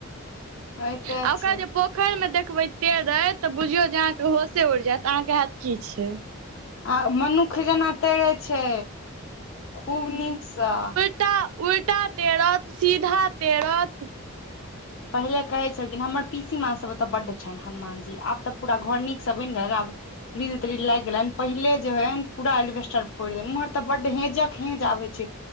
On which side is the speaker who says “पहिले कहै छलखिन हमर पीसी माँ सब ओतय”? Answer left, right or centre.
Left